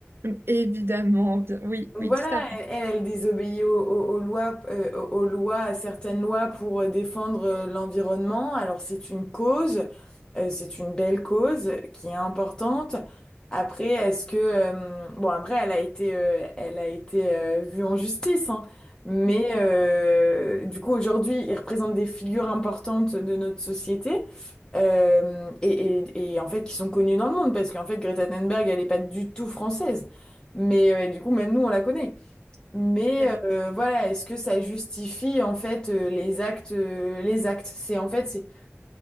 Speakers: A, on the right; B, on the left.
A: Mm, Évidemment, bien- Oui,
B: donc
A: oui,
B: voilà,
A: tout à fait.
B: elle, elle, elle désobéit aux, aux- aux lois, euh, aux aux lois, à certaines lois pour euh, défendre euh, l'environnement. Alors c'est une cause, euh, c'est une belle cause qui est importante. Après, est-ce que euh, bon après elle a été, euh, elle a été euh, vue en justice, hein. mais
A: Mm,
B: euh, du coup aujourd'hui ils représentent des figures importantes de notre société. euh, et, et, et en fait qui sont connues dans le monde parce qu'en fait Greta Thunberg elle n'est pas du tout française. Mais euh, du coup, même nous, on la connaît. Mais
A: Tout à fait.
B: euh, voilà, est-ce que ça justifie en fait euh, les actes, euh, les actes? C'est en fait, c'est